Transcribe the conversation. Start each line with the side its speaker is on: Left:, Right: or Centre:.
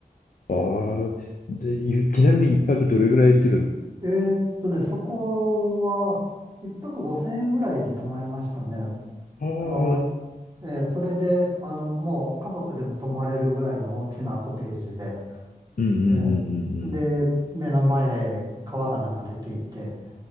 Left: あ、ああ、で、ゆちなみに一泊どれぐらいする
Right: えーっとね、そこは、一泊五千円ぐらいで泊まりましたね。
Left: のああ、
Right: あの、えーそれで、あの、もう家族でも泊まれるぐらいの大きなコテージで、
Left: うんうんうんうんうん。
Right: えーで、目の前、川が流れていて、